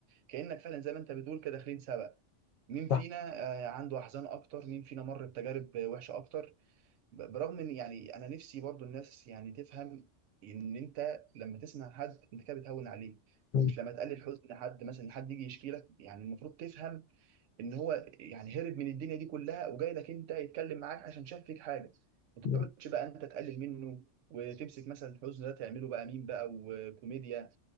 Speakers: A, on the right (about 80°); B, on the left (about 55°).
A: كأنك فعلا زي ما انت بتقول كده داخلين سباق مين فينا
B: صح
A: آه، عنده احزان اكتر مين فينا مر بتجارب آه، وحشه اكتر ب- برغم ان يعني انا نفسي برضو الناس يعني تفهم ان انت لما تسمع حد انت كده بتهون عليه
B: مم.
A: مش لما تقلل حزن حد مثلا حد يجي يشكي لك يعني المفروض تفهم ان هو يعني هرب من الدنيا دي كلها وجاي لك انت يتكلم معاك عشان شاف فيك حاجه ما
B: مم.
A: تقعدش بقى انت تقلل منه وتمسك مثلا الحزن ده تعمله بقى مين بقى وكوميديا